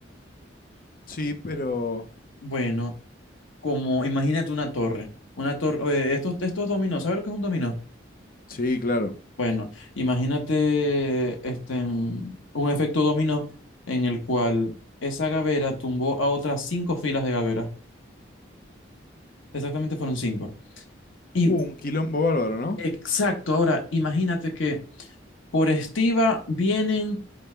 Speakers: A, on the left (about 45°); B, on the left (about 85°).
A: sí, pero...
B: Bueno, como imagínate una torre. Una torre, eh, estos, estos dominó, ¿sabes lo que es un dominó?
A: Sí, claro.
B: Bueno, imagínate este, en un efecto dominó en el cual esa gavera tumbó a otras cinco filas de gaveras. Exactamente fueron cinco. Y
A: Uh, un quilombo bárbaro, ¿no?
B: exacto, ahora imagínate que por estiva vienen